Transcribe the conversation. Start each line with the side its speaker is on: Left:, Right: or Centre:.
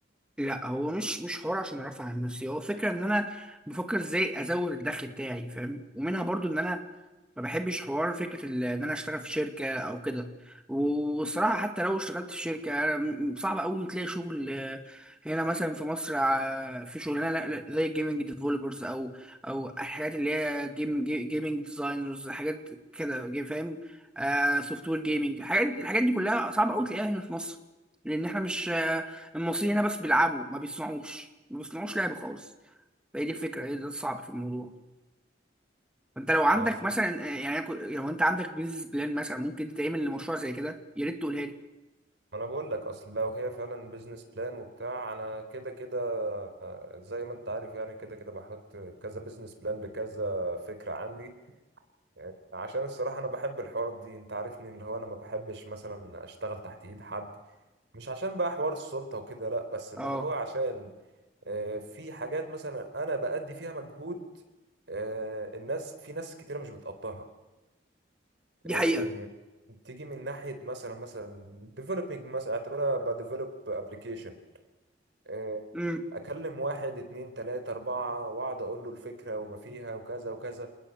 Centre: لا هو مش مش حوار عشان ارفع عن نفسي هو فكره ان انا بفكر ازاي ازود الدخل بتاعي فاهم ومنها برضو ان انا ما بحبش حوار فكرة ال- ان انا اشتغل في شركة او كده والصراحة حتى لو اشتغلت في شركة أنا م- صعب قوي تلاقي شغل آه، هنا مثلا في مصر آه، في شغلانة لا- لا، زي الجيمنج ديفلوبرز او او الحاجات اللي هي جيم جيمنج ديزاينرز حاجات كده جي- فاهم سوفت وير جيمنج الحاجات الحاجات دي كلها صعب قوي تلاقيها هنا في مصر لان احنا مش آه، المصريين هنا بس بيلعبوا ما بيصنعوش ما بيصنعوش لعب خالص فهي دي الفكرة هي ده الصعب في الموضوع انت لو عندك
Right: ما اصل
Centre: مثلا آه، يعني أنا كنت- لو انت عندك بيزنس بلان مثلا ممكن تعمل لمشروع زي كده يا ريت تقولها لي
Right: ما انا بقول لك اصل لو هي فعلا بيزنس بلان وبتاع انا كده كده آه، زي ما انت عارف يعني كده كده بحط كذا بيزنس بلان لكذا فكرة عندي آه، عشان الصراحة انا بحب الحوارات دي انت عارفني اللي هو انا ما بحبش مثلا اشتغل تحت ايد حد مش عشان بقى حوار السلطة وكده لا بس اللي
Centre: اه
Right: هو عشان آه، في حاجات مثلا انا بأدي فيها مجهود آه، الناس في ناس كتيرة مش بتقدرها
Centre: دي
Right: آه،
Centre: حقيقة
Right: تيجي من ناحية مثلا مثلا developing مثلا اعتبرها ب develop application آه،
Centre: امم
Right: أكلم واحد اتنين تلاتة أربعة وأقعد أقول له الفكرة وما فيها وكذا وكذا